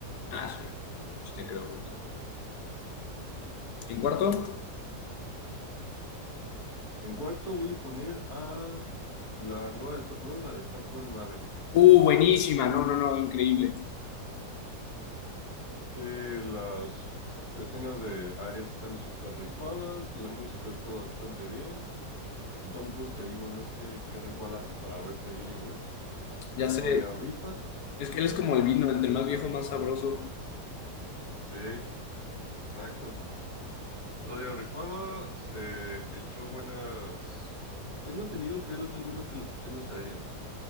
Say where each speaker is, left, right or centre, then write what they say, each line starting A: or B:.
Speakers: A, on the left (about 70°); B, on the left (about 55°).
A: Ah, sí, sí te creo, ahorita. En cuarto.
B: En cuarto voy a poner a la nueva de Top Gun, la de Top Gun Maverick.
A: Uh, buenísima, no, no, no, increíble.
B: Eh, las escenas de Ares están súper rifadas, la música está bastante bien. El Tom Cruise, te digo, no sé qué ritual hace para verse bien el güey, pero
A: Ya sé,
B: todavía rifa.
A: es que él es como el vino, entre más viejo, más sabroso.
B: Sí, exacto. Todavía rifaba, se echó buenas... Tengo entendido que él hace algunas de las escenas aéreas.